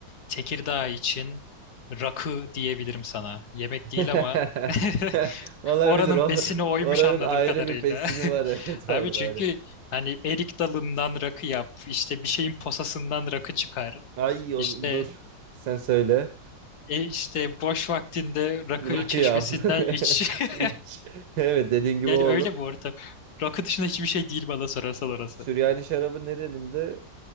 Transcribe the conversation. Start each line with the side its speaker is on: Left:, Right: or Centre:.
Left: Tekirdağ için rakı diyebilirim sana. Yemek
Right: <laughs>
Left: değil ama <laughs>
Right: Olabilir
Left: Oranın
Right: o.
Left: besini oymuş
Right: Oranın
Left: anladığım
Right: ayrı
Left: kadarıyla.
Right: bir besini var <laughs> evet
Left: <laughs> Abi
Right: orada.
Left: çünkü hani erik dalından rakı yap, işte bir şeyin posasından rakı çıkar.
Right: Ay o-
Left: İşte
Right: dur sen söyle.
Left: e, işte boş vaktinde rakı
Right: Rakı
Left: çeşmesinden
Right: yap. <laughs>
Left: iç. <laughs>
Right: İç. Evet dediğin gibi
Left: Yani
Right: o olur.
Left: öyle bu ortam. Rakı dışında hiçbir şey değil bana sorarsan orası.
Right: Süryani şarabı nerenin de